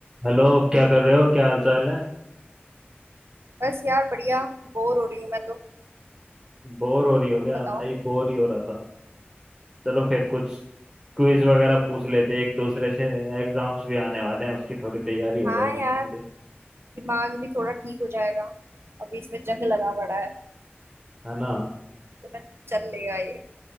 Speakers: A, on the right; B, on the right.
A: Hello क्या कर रहे हो क्या हाल चाल है
B: बस यार बढ़िया बोर हो रही हूँ मैं तो
A: बोर हो रही हो
B: तुम
A: क्या
B: बताओ
A: मैं भी बोर ही हो रहा था चलो फिर कुछ क्विज वगैरह पूछ लेते हैं एक दूसरे से एग्जाम्स भी आने वाले हैं उसकी थोड़ी तैयारी हो
B: हाँ
A: जाएगी
B: यार
A: हमारी
B: दिमाग भी थोड़ा ठीक हो जाएगा अभी इसमें जंग लगा पड़ा है
A: है ना
B: तो ना चल लेगा ये